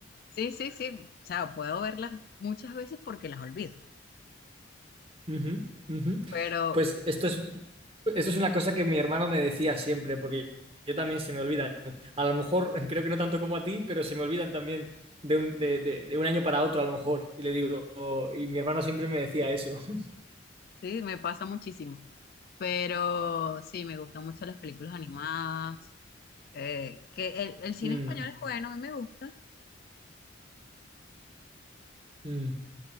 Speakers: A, on the left (about 50°); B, on the right (about 30°).
A: Sí, sí, sí. O sea, puedo verlas muchas veces porque las olvido.
B: <laughs> Ujú, ujú.
A: Pero,
B: Pues esto es, esto es una cosa que mi hermano me decía siempre, porque yo también se me olvidan. A lo mejor, <laughs> creo que no tanto como a ti, pero se me olvidan también de un, de, de- de un año para otro, a lo mejor. Y le digo, y mi hermano siempre me decía eso. <laughs>
A: Sí, me pasa muchísimo. Pero sí, me gustan mucho las películas animadas. eh, que el, el cine
B: Mm,
A: español es bueno, a mí me gusta.
B: mm.